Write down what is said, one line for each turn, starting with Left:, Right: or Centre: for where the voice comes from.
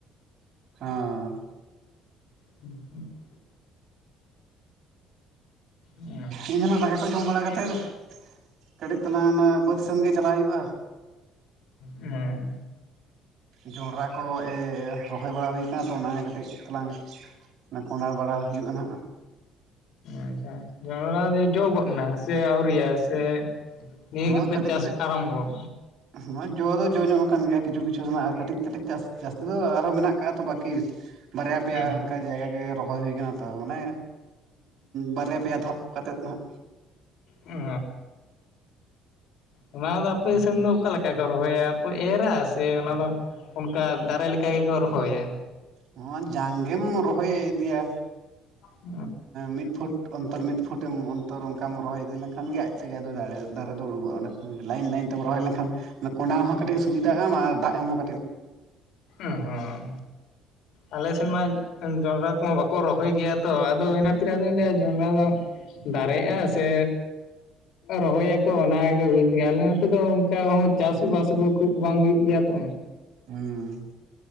Right: ᱦᱚᱸ
Left: <unintelligible> ᱦᱮᱸ
Right: ᱤᱧ ᱦᱚᱸ ᱱᱟᱜ ᱫᱟᱠᱟ ᱠᱚ ᱡᱚᱢ ᱵᱟᱲᱟ ᱠᱟᱛᱮᱫ᱾ ᱠᱟᱹᱴᱤᱡ ᱛᱟᱞᱟᱝ ᱚᱱᱟ ᱵᱟᱹᱫ ᱥᱮᱱ ᱜᱮ ᱪᱟᱞᱟᱣ ᱦᱩᱭᱩᱜᱼᱟ᱾
Left: ᱚ
Right: ᱡᱚᱸᱰᱨᱟ ᱠᱚ ᱮ-ᱮ ᱨᱚᱦᱚᱭ ᱵᱟᱲᱟ ᱦᱩᱭ ᱠᱟᱱᱟ ᱛᱚ᱾ ᱚᱱᱟ ᱜᱮ ᱠᱟᱹᱴᱤᱡ ᱛᱟᱞᱟᱝ ᱚᱱᱟ ᱠᱚᱰᱚᱰ ᱵᱟᱲᱟ ᱦᱩᱭᱩᱜᱼᱟ, ᱱᱟᱦᱟᱜ᱾
Left: ᱟᱪᱪᱷᱟ, ᱡᱚᱱᱰᱨᱟ ᱫᱚ ᱡᱚ ᱜᱚᱫ ᱮᱱᱟ ᱥᱮ ᱟᱹᱣᱤ‌ᱨᱤᱭᱟ ᱥᱮ ᱱᱤᱭᱟᱹ
Right: ᱦᱚᱸ
Left: ᱜᱮᱯᱮ
Right: ᱠᱟᱴᱤᱡ
Left: ᱪᱟᱥ
Right: ᱠᱟᱴᱤᱡ᱾
Left: ᱟᱨᱟᱢᱵᱚ
Right: ᱱᱚᱜᱚᱭ ᱡᱚ ᱫᱚ ᱡᱚ ᱧᱚᱜ ᱠᱟᱱ ᱜᱮᱭᱟ᱾ ᱠᱤᱪᱷᱩ ᱠᱤᱪᱷᱩ ᱢᱟ ᱟᱨ ᱠᱟᱹᱴᱤᱡ ᱠᱟᱹᱴᱤᱡ ᱡᱟᱥ ᱡᱟᱥᱛᱤ ᱫᱚ ᱟᱨᱦᱚᱸ ᱢᱮᱱᱟᱜ ᱠᱟᱜ ᱛᱚ ᱵᱟᱹᱠᱤ᱾ ᱵᱟᱨᱭᱟ ᱯᱮᱭᱟ
Left: ᱚ
Right: ᱚᱱᱠᱟ ᱡᱟᱭᱜᱟ ᱜᱮ ᱨᱚ ᱨᱚᱦᱚᱭ ᱦᱩᱭ ᱟᱠᱟᱱᱟ ᱛᱚ᱾ ᱢᱟᱱᱮ ᱵᱟᱨᱭᱟ ᱯᱮᱭᱟ ᱫᱷᱟᱯ ᱠᱟᱛᱮᱫ ᱱᱟᱜ᱾
Left: ᱚ ᱚᱱᱟ ᱫᱚ ᱟᱯᱮ ᱥᱮᱱ ᱫᱚ ᱚᱠᱟ ᱞᱮᱠᱟ ᱠᱚ ᱨᱚᱦᱚᱭᱟ ᱠᱚ? ᱮᱨᱟ ᱥᱮ ᱚᱱᱟ ᱫᱚ ᱚᱱᱠᱟ ᱫᱟᱨᱮ ᱞᱮᱠᱟ ᱜᱮᱠᱚ ᱨᱚᱦᱚᱭᱟ᱾
Right: ᱱᱚᱣᱟ ᱡᱟᱝ ᱜᱮᱢ ᱨᱚᱦᱚᱭ ᱤᱫᱤᱭᱟ᱾
Left: ᱚ
Right: ᱢᱤᱫ ᱯᱷᱩᱴ ᱚᱱᱛᱚᱨ ᱢᱤᱫ ᱯᱷᱩᱴᱮᱢ ᱚᱱᱛᱚᱨ ᱚᱱᱠᱟᱢ ᱨᱚᱦᱚᱭ ᱤᱫᱤ ᱞᱮᱱᱠᱷᱟᱱ ᱜᱮ ᱟᱡ ᱛᱮᱜᱮ ᱟᱫᱚ ᱫᱟᱨᱮ ᱫᱟᱨᱮ ᱫᱚ ᱩᱰᱩᱠᱚᱜᱼᱟ᱾ ᱞᱟᱭᱤᱱ ᱞᱟᱭᱤᱱ ᱛᱮᱢ ᱨᱚᱦᱚᱭ ᱞᱮᱠᱷᱟᱱ ᱠᱚᱰᱟᱲ ᱦᱚᱸ ᱠᱟᱹᱴᱤᱡ ᱥᱩᱵᱤᱫᱟᱜᱼᱟ ᱟᱨ ᱫᱟᱜ ᱮᱢ ᱦᱚ
Left: ᱚ ᱦᱚᱸ ᱟᱞᱮ ᱥᱮᱱ ᱢᱟ ᱡᱚᱸᱰᱨᱟ ᱠᱚᱦᱚᱸ ᱵᱟᱠᱚ ᱨᱚᱦᱚᱭ ᱜᱮᱭᱟ ᱛᱚ᱾ ᱟᱫᱚ ᱤᱱᱟᱹ ᱠᱷᱟᱛᱮᱨ ᱟᱫᱚᱧ ᱞᱟᱹᱭᱟ ᱡᱚᱸᱰᱨᱟ ᱫᱚ ᱫᱟᱨᱮᱜᱼᱟ ᱥᱮ ᱨᱚᱦᱚᱭᱟ ᱠᱚ, ᱚᱱᱟ ᱜᱮ ᱵᱩᱭ ᱛᱴᱫᱮᱭᱟᱱ ᱟᱞᱮ ᱱᱚᱛᱮ ᱫᱚ ᱚᱠᱟᱨᱮ ᱦᱚᱸ ᱪᱟᱥᱵᱟᱥ ᱠᱚ ᱠᱷᱩᱵ ᱵᱟᱝ ᱦᱩᱭᱩᱜ ᱜᱮᱭᱟ ᱛᱚ᱾
Right: ᱦᱩᱸ